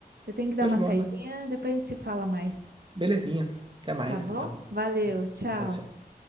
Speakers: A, on the right; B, on the right.
A: Eu tenho que dar
B: Show
A: uma
B: de bola.
A: saidinha, depois a gente se fala mais,
B: Belezinha. Até mais,
A: tá bom?
B: então.
A: Valeu,
B: Uhum.
A: tchau.
B: Tchau, tchau.